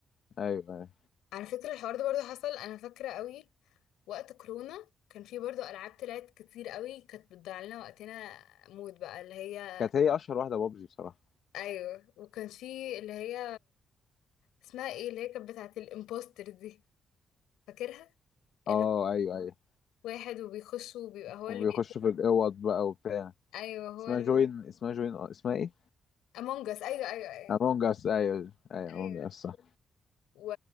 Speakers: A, on the left; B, on the left.
A: ايوه ايوه
B: على فكره الحوار ده برضو حصل انا فاكره قوي وقت كورونا كان في برضو العاب طلعت كتير قوي كانت بتضيع لنا وقتنا موت بقى اللي هي
A: كانت هي اشهر واحده بابجي بصراحه
B: ايوه وكان في اللي هي اسمها ايه اللي هي كانت بتاعت الامبوستر دي فاكرها
A: اه
B: اللي هو
A: ايوه ايوه
B: واحد وبيخش وبيبقى هو اللي
A: وبيخشوا
B: بيقتل
A: في الاوض بقى وبتاع
B: ايوه هو
A: اسمها
B: اللي
A: جوين
B: بي...
A: اسمها جوين اسمها ايه
B: امونج اس ايوه ايوه ايوه
A: امونج اس ايوه ايوه
B: ايوه
A: امونج اس صح
B: و